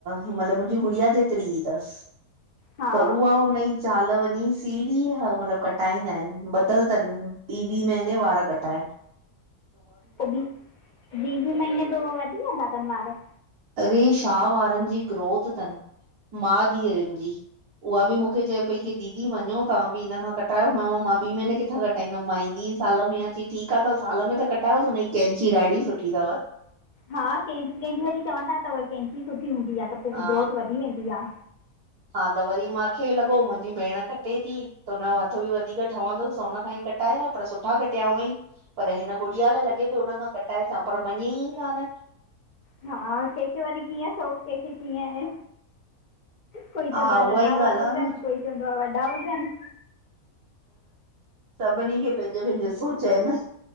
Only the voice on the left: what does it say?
हा
पो बि ॿीं ॿीं महीने पो वधी वेंदा तन वार?
हा कंहिंज कंहिंजी वरी चवंदा तव कैंची सुठी हूंदी आ त पो
ग्रोथ वधी वेंदी आ।
हा कंहिंखे वरी कीअं शौक कंहिंखे कीअं आहे। कोई चवंदो
आ
नंढा
वार
हुजनि कोई चवंदो आ वॾा हुजनि।